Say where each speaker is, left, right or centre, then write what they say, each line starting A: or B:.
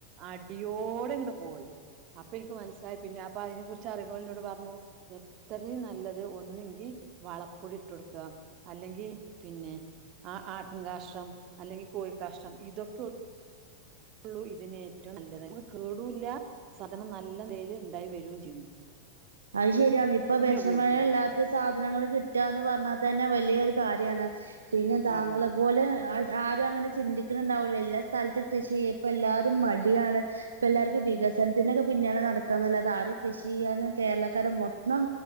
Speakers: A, on the right; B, on the right.
A: അടിയോടെടങ്ങട്ട് പോയി അപ്പൊ ഇൻക്ക് മനസ്സിലായി പിന്നെ അപ്പൊ എനെ കുറിച്ച് അറിണോല് ഇന്നോട് പർണു എ ത്രീം നല്ലത് ഒന്നെങ്കിൽ വളപ്പൊടി ഇട്ടൊട്ക്കണം അല്ലെങ്കി പിന്നെ ആ ആട്ടിൻ കാഷ്ട്രം അല്ലെങ്കി കോഴി കാഷ്ടം ഇതൊക്കെ യൊള്ളൂ ഇതിന് ഏറ്റവും നല്ലത് ഇത് നമ്മക്ക് കേടുല്ല സാധനം നല്ലനെലേല് ഇണ്ടായി വെരുംചെയ്യുംന്ന്
B: അത് ശെരിയാണ് ഇപ്പൊ വെഷങ്ങളില്ലാ
A: ഉപയോഗിക്കുള്ളൂ
B: ത്ത സാധനങ്ങള് കിട്ടാന്ന് പർണതെന്നെ വല്യൊരു കാര്യാണ് പിന്നെ താങ്കളെ
A: അതെ
B: പോലെ ആര് ആരും അങ്ങനെ ചിന്തിക്ക്ണ് ഇണ്ടാവൂലേയ് എല്ലാ സ്ഥൽത്തും കൃഷി ചെയ്യ് ഇപ്പെഎല്ലാരും മടിയാണ് ഇപ്പെഎല്ലാർക്കും വികസനത്തിനൊക്കെ പിന്നാലെ നടക്കാനെല്ലാതെ ആരും കൃഷിയ്യാനും കേരളക്കാരെ മൊത്തം